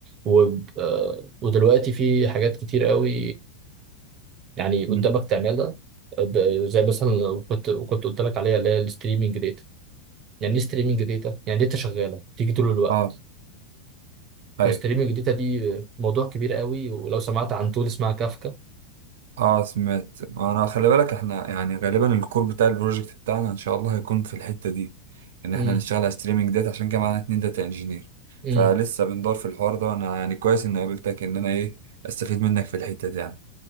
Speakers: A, on the right; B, on the right.
A: و... آه، ودلوقتي في حاجات كتير قوي يعني قدامك
B: مم.
A: تعملها ب- زي مثلا لو كنت كنت قلت لك عليها اللي هي الستريمنج داتا يعني ايه ستريمنج داتا يعني داتا شغاله تيجي طول الوقت
B: اه ايوه
A: فستريمنج داتا دي موضوع كبير قوي ولو سمعت عن تول اسمها كافكا
B: اه سمعت انا خلي بالك احنا يعني غالبا الكور بتاع البروجكت بتاعنا ان شاء الله هيكون في الحته دي ان احنا
A: امم
B: نشتغل على ستريمنج ديت عشان كده معانا اتنين داتا انجينير
A: امم
B: فلسه بندور في الحوار ده وانا يعني كويس اني قابلتك ان انا ايه استفيد منك في الحته دي يعني